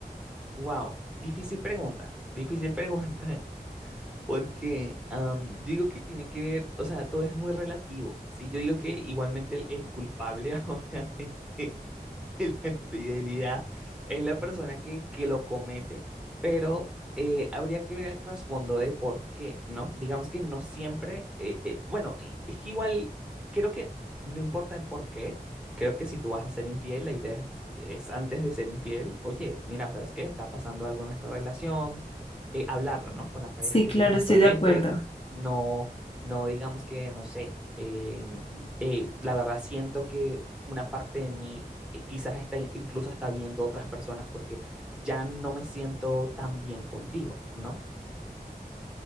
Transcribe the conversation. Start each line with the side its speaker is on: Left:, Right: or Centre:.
Centre: Wow, difícil pregunta, difícil <laughs> pregunta Porque am, yo digo que tiene que ver, o sea, todo es muy relativo, ¿sí? Yo digo que igualmente el, el culpable, <laughs> obviamente, <laughs> de la infidelidad es la persona que, que lo comete, pero eh, habría que ver el trasfondo de por qué, ¿no? Digamos que no siempre, eh, eh, bueno, y- es que igual creo que no importa el por qué, creo que si tú vas a ser infiel, la idea es, es antes de ser infiel, oye, mira, ¿sabes qué? Está pasando algo en nuestra relación, eh, hablarlo, ¿no? Con la pareja
Left: Sí,
Centre: que
Left: claro,
Centre: tienes actualmente,
Left: estoy de acuerdo.
Centre: no, no digamos que, no sé, eh, eh, la verdad siento que una parte de mí eh, quizás está in- incluso hasta viendo otras personas porque ya no me siento tan bien contigo, ¿no?